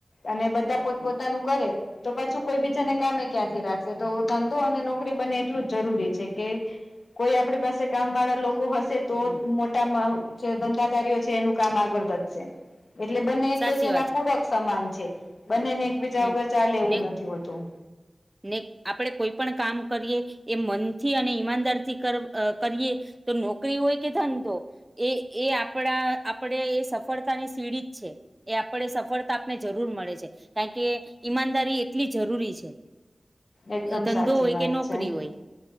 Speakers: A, on the left; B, on the right.
A: અને બધા પોત પોતાનું કરે તો પાછું કોઈ બીજાને કામે ક્યાંથી રાખશે, તો ધંધો અને નોકરી બંને એટલું જ જરૂરી છે કે કોઈ આપણી પાસે કામ વાળા લોકો હશે તો
B: હમ
A: જ મોટ તેમ જે ધંધાદારીઓ છે એનું કામ આગળ વધશે. એટલે, બંને એકબીજા
B: સાચી વાત
A: ના
B: છે
A: પૂરક સમાન છે. બંનેને એકબીજા
B: હમ
A: વગર ચાલે એવું
B: ને
A: નથી હોતું.
B: ને આપણેે કોઈ પણ કામ કરીએ, એ મનથી અને ઈમાનદાર થી કરીએ- -તો નોકરી હોય કે ધંધો- -એ એ આપણા આપડે, એ સફળતા ની સીડી જ છે. એ, આપણે સફળતા આપને જરૂર મળે છે. કારણ કે ઈમાનદારી એટલી જરૂરી છે.
A: એકદમ
B: ધંધો
A: સાચી
B: હોય
A: વાત
B: કે નોકરી
A: છે.
B: હોય